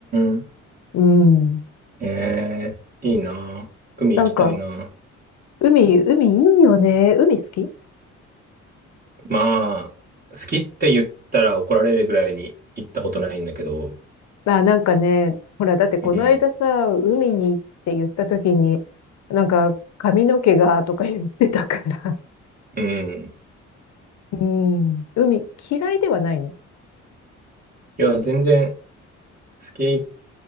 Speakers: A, on the right; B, on the left.
A: ん。
B: うん。
A: ええ、いいな。海行きたいな。
B: なんか、海、海いいよね。海好き
A: まあ、好きって言ったら怒られるぐらいに行ったことないんだけど。
B: あ、なんかね、ほら、だってこの間さ、
A: うん。
B: 海にって言った時に、なんか、髪の毛がとか言ってたから。
A: うん。
B: うん。海嫌いではないの。
A: いや、全然好き、